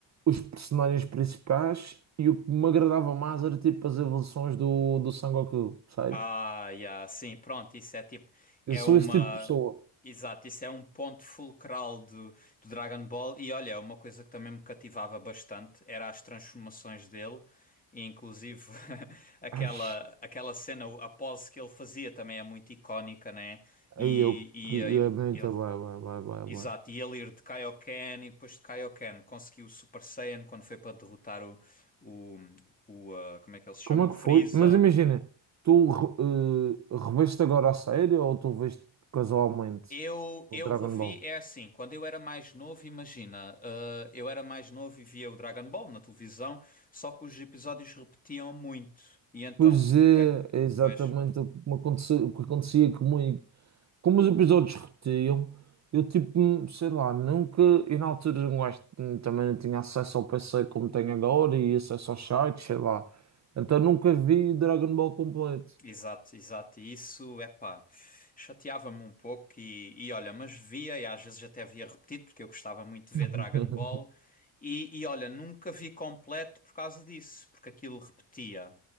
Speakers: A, on the right; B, on the left.
A: os personagens principais e o que me agradava mais era tipo as evoluções do, do Sangoku, sabes?
B: Ah, yeah, sim, pronto, isso é tipo, é
A: Eu sou
B: uma,
A: esse tipo de pessoa.
B: exato, isso é um ponto fulcral do, do Dragon Ball e olha, é uma coisa que também me cativava bastante era as transformações dele e inclusive <laughs> aquela,
A: Ai,
B: aquela cena, a pose que ele fazia também é muito icónica, né? E,
A: aí eu
B: e
A: que é
B: aí
A: muito
B: ele,
A: vai, vai, vai, vai,
B: exato,
A: vai.
B: e ele ir de Kaioken e depois de Kaioken conseguiu o Super Saiyan quando foi para derrotar o, o, o ah, como é que ele se chama?
A: Como é
B: O
A: que
B: Freeza.
A: foi? Mas imagina, tu eh, reveste agora a série ou tu veste casualmente
B: Eu,
A: o
B: eu
A: Dragon
B: revi,
A: Ball?
B: é assim, quando eu era mais novo, imagina, ah, eu era mais novo e via o Dragon Ball na televisão, só que os episódios repetiam muito. E então,
A: Pois é,
B: o que é que.
A: é exatamente
B: Pois,
A: o que me aconteceu, o que acontecia comigo. Como os episódios repetiam, eu tipo, hum, sei lá, nunca. E na altura um gajo hum, também não tinha acesso ao PC como tenho agora e acesso aos sites, sei lá. Então nunca vi Dragon Ball completo.
B: Exato, exato. E isso, epá, chateava-me um pouco e, e olha, mas via e às vezes até via repetido porque eu gostava muito de ver
A: <laughs>
B: Dragon Ball e, e olha, nunca vi completo por causa disso, porque aquilo repetia.